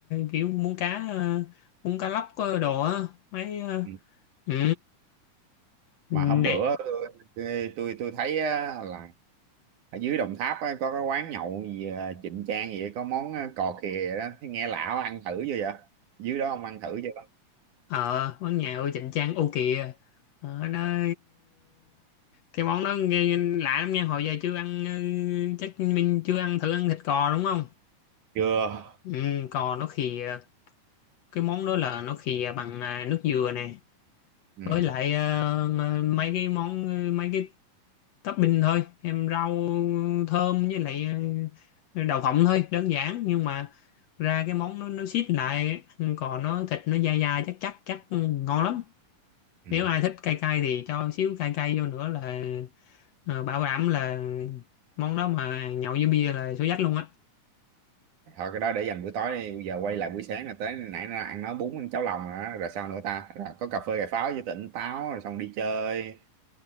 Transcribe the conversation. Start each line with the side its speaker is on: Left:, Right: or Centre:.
Left: kiểu muống cá ờ, muống cá lóc ờ, đồ á, mấy ờ,
Right: Ừ.
Left: ừ, để
Right: mà hôm bữa tôi tôi tôi, tôi thấy á, là ở dưới Đồng Tháp á, có cái quán nhậu gì à, Trịnh Trang gì có món à, cò khìa đó Thấy nghe lão ăn thử chưa vậy dưới đó ông ăn thử chưa
Left: ờ món nhậu chỉnh trang ô kìa ờ nó ờ, cái món đó nghe lạ lắm nha hồi giờ chưa ăn ừ, chắc mình chưa ăn thử ăn thịt cò đúng không
Right: chưa
Left: ừ, cò nó khìa cái món đó là nó khìa bằng à, nước dừa nè
Right: ừ.
Left: với lại ờ, m- mấy cái món ờ, mấy cái topping thôi em rau thơm với lại ờ, đậu phộng thôi đơn giản nhưng mà ra cái món nó nó xít lại ăn cò nó thịt nó dai dai chắc chắc chắc ừ, ngon lắm
Right: Ừ.
Left: nếu ai thích cay cay thì cho xíu cay cay vô nữa là ờ, bảo đảm là món đó mà nhậu với bia là số dách luôn á
Right: thôi cái đó để dành bữa tối đi bây giờ quay lại buổi sáng là tới nãy nó ăn nói bún ăn cháo lòng rồi, đó. rồi sao nữa ta rồi có cà phê cà pháo với tỉnh táo rồi xong đi chơi